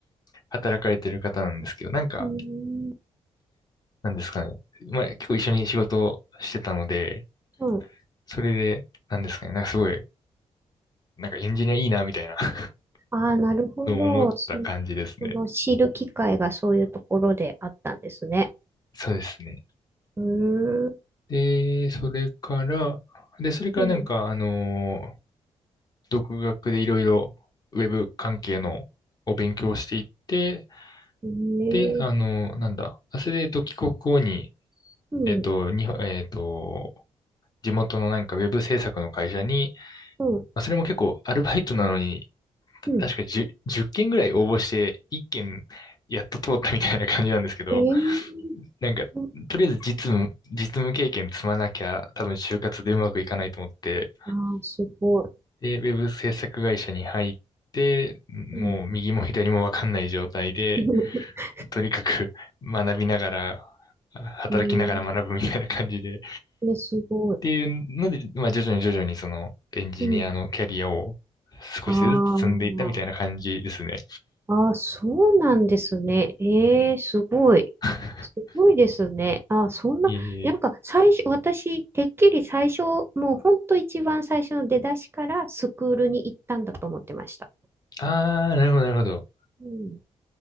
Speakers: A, on the left; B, on the right.
A: 働かれてる方なんですけど、なんか、
B: うーん。
A: なんですかね、まあ結構一緒に仕事をしてたので、
B: うん。
A: それで、なんですかね、なんかすごいなんかエンジニアいいな、みたいな <laughs>
B: ああ、なるほど。
A: のを思った感じですね。
B: その、その知る機会がそういうところであったんですね。
A: そうですね。
B: うーん。
A: で、それから、で、それからなんか、
B: うん。
A: あのー独学でいろいろウェブ関係のを勉強していって、
B: ねえ。
A: で、あのーなんだ、あそれで、えっと、帰国後に、
B: うん。
A: えっと、に、えっと、地元のなんかウェブ制作の会社に、
B: うん。
A: まあそれも結構アルバイトなのに、た確か1
B: うん。
A: 10件ぐらい応募して1件やっと通ったみたいな感じなんですけど、
B: ええー。
A: なんか、
B: そう
A: とりあえず実務、実務経験積まなきゃ、多分就活でうまくいかないと思って、
B: ああ、すごい。
A: で、ウェブ制作会社に入って、もう右も左もわかんない状態で、
B: うん。<laughs>
A: とにかく <laughs> 学びながら、働きながら学ぶみたいな感じで、
B: ええー。
A: っ
B: ね、すごい。
A: ていうので、まあ徐々に徐々にそのエンジニアのキャリアを
B: うん。
A: 少しずつ積んでいったみたいな感じですね。
B: あーあー、そうなんですね。ええ、すごい。
A: <laughs>
B: すごいですね。あー、そんな、
A: いえいえ。
B: なんか最初、私、てっきり最初、もう本当一番最初の出だしからスクールに行ったんだと思ってました。
A: あー、なるほど、なるほど。
B: うん、